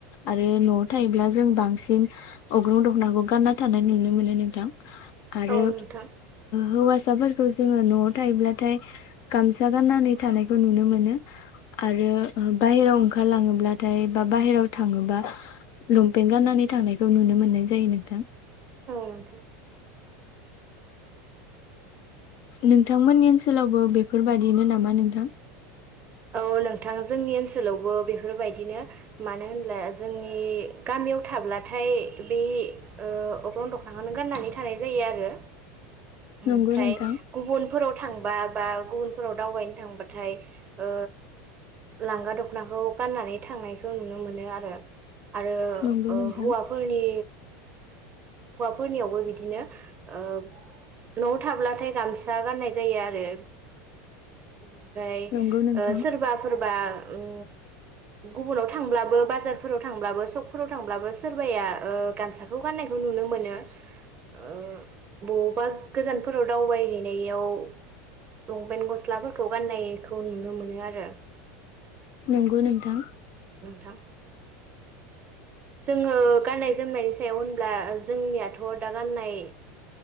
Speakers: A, on the left; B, on the right.
A: आरो नआव थायोब्ला जों बांसिन अग्रुं दखनाखौ गानना थानाय नुनो मोनो नोंथां आरो
B: औ नोंथां
A: हौवा साफोरखौ जोङो नआव थायोब्लाथाय गामसा गाननानै थानायखौ नुनो मोनो आरो बाहेराव ओंखारलाङोब्लाथाय बा बाहेराव थाङोबा लंपेन्ट गाननानै थांनाय नुनो मोननाय जायो नोंथां।
B: औ नोंथां
A: नोंथांमोननि ओनसोलावबो बेफोरबादिनो नामा नोंथां?
B: औ नोंथां जोंनि ओनसोलावबो बेफोरबायदिनो मानो होनब्ला जोंनि गामियाव थाब्लाथाय बे ओ अख्रं दखनाखौनो गाननानै थानाय जायो आरो। ओमफ्राय
A: नंगौ नोंथां
B: गुबुनफोराव थांबा बा गुबुनफोराव दावबायनो थांबाथाय ओ लांगा दखनाखौ गाननानै थांनायखौ नुनो मोनो आरो। आरो
A: नंगौ
B: ओ
A: नोंथां
B: हौवाफोरनि हौवाफोरनियावबो बिदिनो ओ न'आव थाब्लाथाय गामसा गाननाय जायो आरो। ओमफ्राय
A: नंगौ नोंथां
B: सोरबाफोरबा उम गुबुनाव थांब्लाबो बाजारफोराव थांब्लाबो सशकफोराव थांब्लाबो सोरबाया ओ गामसाखौ गाननाय नुनो मोनो ओ बबावबा गोजानफोराव दावबाय हैैनायाव लंपेन्ट गस्लाफोरखौ गाननायखौ नुनो मोनो आरो।
A: नंगौ नोंथां।
B: थां जोङो गाननाय जोमनायनि सायाव होनब्ला जोंनियाथ' दा गाननाय